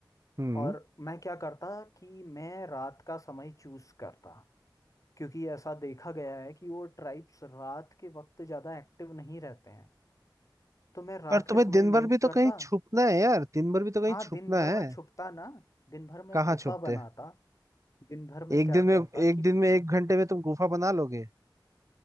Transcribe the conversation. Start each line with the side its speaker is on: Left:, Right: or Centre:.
Right: हम्म
Left: और मैं क्या करता कि मैं रात का समय चूज करता क्योंकि ऐसा देखा गया है कि वो ट्राइब्स रात के वक्त ज़्यादा एक्टिव नहीं रहते हैं तो मैं रात
Right: पर
Left: के
Right: तुम्हें
Left: समय
Right: दिन भर
Left: मूव
Right: भी तो
Left: करता
Right: कहीं छुपना है यार दिन भर भी तो कहीं
Left: हाँ
Right: छुपना
Left: दिन भर
Right: है
Left: मैं छुपता ना दिन भर मैं
Right: कहाँ
Left: गुफा
Right: छुपते
Left: बनाता दिन भर में
Right: एक
Left: क्या
Right: दिन में
Left: करता
Right: एक
Left: कि
Right: दिन में एक घंटे में तुम गुफा बना लोगे